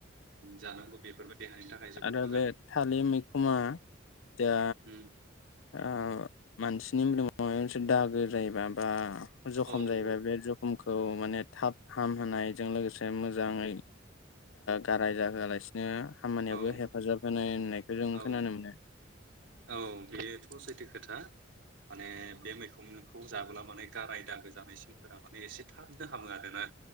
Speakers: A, on the right; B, on the left.
A: जानांगौ बेफोरबो देहानि थाखाय जोबोद
B: आरो
A: मोजां
B: बे थालिर मैखुना दा
A: उम
B: ओ मानसिनि मोदोमाव मायबा मोनसे दागो जायोबा बा जखम
A: औ
B: जायोबा
A: औ
B: बे जखमखौ माने थाब हामहोनायजों लोगोसे मोजाङै गाराय जाहोआलासिनो खामानियावबो
A: औ
B: हेफाजाब होनाय होननायखौ जों
A: औ
B: खोनानो मोनो।
A: औ बेथ' सैथो खोथा माने बे मैखुनखौ जाबोला माने गाराय दागो जानाय सिनफोरा माने एसे थाबनो हामो आरोना।